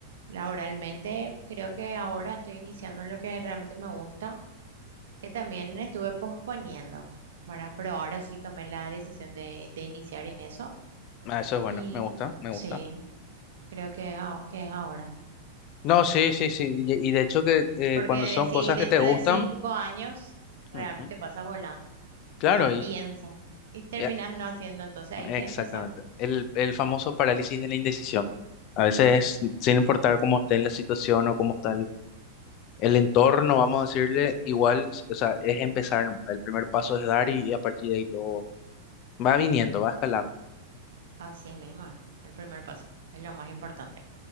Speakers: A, on the right; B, on the left.
A: laboralmente creo que ahora estoy iniciando en lo que realmente me gusta, que también estuve posponiendo, ¿verdad? Pero ahora sí tomé la decisión de, de iniciar en eso.
B: Ah, eso es bueno,
A: Y
B: me gusta, me
A: sí,
B: gusta.
A: creo que es, aho- que es ahora.
B: No, sí, sí, sí, y, y de hecho que eh,
A: Porque
B: cuando son
A: decís,
B: cosas
A: dentro
B: que te gustan,
A: de cinco años realmente
B: ujú,
A: pasa volando.
B: claro,
A: Uno
B: y
A: piensa y terminas
B: ya,
A: no haciendo, entonces hay
B: exactamente.
A: que empezar.
B: El, el famoso parálisis de la indecisión. A veces,
A: Sí,
B: sin importar cómo esté la situación o cómo está el entorno, vamos a decirle, igual, o sea, es empezar, nomás. El primer paso es dar y, y a partir de ahí todo va viniendo, va escalando.
A: así mismo. El primer paso es lo más importante.